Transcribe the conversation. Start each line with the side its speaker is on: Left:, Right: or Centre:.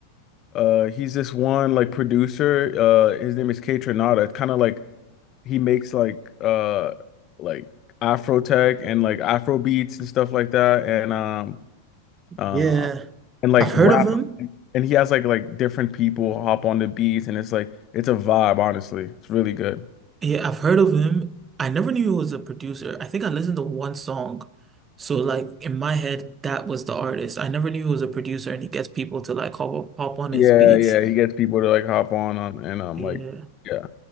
Left: uh he's this one like producer uh his name is K Tronada. It's kind of like he makes like uh like Afro tech and like Afro beats and stuff like that and um um
Right: Yeah,
Left: and like
Right: I've heard
Left: rap
Right: of him.
Left: and he has like like different people hop on the beats and it's like it's a vibe. Honestly, it's really good.
Right: Yeah, I've heard of him. I never knew he was a producer. I think I listened to one song. So like in my head, that was the artist. I never knew he was a producer and he gets people to like hop, hop on
Left: Yeah,
Right: his beats.
Left: yeah, he gets people to like hop on on and um
Right: Yeah.
Left: like yeah.